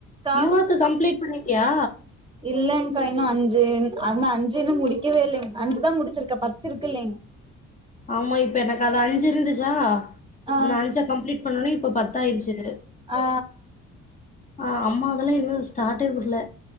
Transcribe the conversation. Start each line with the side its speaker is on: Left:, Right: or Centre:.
Right: க்கா
Left: யுவாக்கு கம்ப்ளீட் பண்ணிட்டியா
Right: இல்லலைங்க்கா இன்னு அஞ் சி அந்த அஞ்சுன்னு முடிக்கவே இல்லைங்க அஞ்சுதா முடிச்சிருக்கே பத்து இருக்குல்லைங்
Left: ஆமா இப்ப எனக்கு அது அஞ்சு இருந்துச்சா
Right: ஆ
Left: அந்த அஞ்ச கம்லீட் பண்ணோனே இப்ப பத்தாயடுச்சு
Right: ஆ
Left: ஆ அம்மா அதெல்லா <unintelligible> சாட்டே கூட்ல